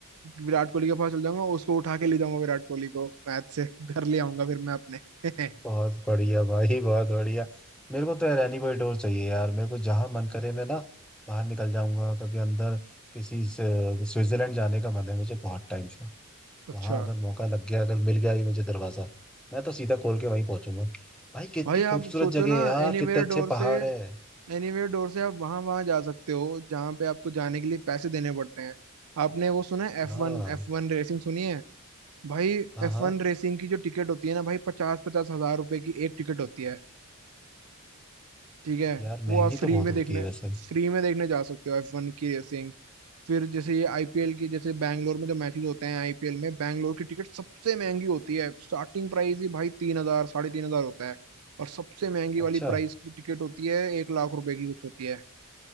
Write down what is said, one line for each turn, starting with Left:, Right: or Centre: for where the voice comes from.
Right: विराट कोहली के पास चल जाऊंगा उसको उठा के ले जाऊंगा विराट कोहली को मैच से घर ले आऊंगा फिर मैं अपने <laughs>
Centre: बहुत बढ़िया भाई बहुत बढ़िया मेरे को तो यार एनी कोई डोर चाहिए यार मेरे को जहां मन करे मैं ना बाहर निकल जाऊंगा कभी अंदर किसी से- स्विट्जरलैंड जाने का मन है मुझे बहुत टाइम से
Right: अच्छा
Centre: वहां अगर मौका लग गया अगर मिल गया ये मुझे दरवाजा मैं तो सीधा खोल के वहीं पहुंचूंगा भाई कितनी
Right: भाई आप
Centre: खूबसूरत
Right: सोचो
Centre: जगह
Right: ना
Centre: है यार
Right: एनीवेयर
Centre: कितने अच्छे
Right: डोर से
Centre: पहाड़ है
Right: एनीवेयर डोर से आप वहां वहां जा सकते हो जहां पे आपको जाने के लिए पैसे देने पड़ते हैं आपने वो सुना है
Centre: हाँ
Right: एफ वन एफ वन रेसिंग सुनी है? भाई
Centre: हाँ
Right: एफ
Centre: हाँ
Right: वन रेसिंग की जो टिकट होती है ना भाई पचास पचास हजार रुपए की एक टिकट होती है ठीक है
Centre: यार
Right: वो
Centre: महंगी
Right: आप फ्री
Centre: तो बहुत
Right: में
Centre: होती
Right: देखने
Centre: है वैसे
Right: फ्री में देखने जा सकते हो एफ वन की रेसिंग फिर जैसे ये आईपीएल की जैसे बैंगलोर में जो मैचेस होते हैं आईपीएल में बैंगलोर की टिकट सबसे महंगी होती है स्टार्टिंग प्राइस ही भाई तीन हजार साढ़े तीन हजार होता है और सबसे महंगी वाली
Centre: अच्छा
Right: प्राइस की टिकट होती है एक लाख रुपए की कुछ होती है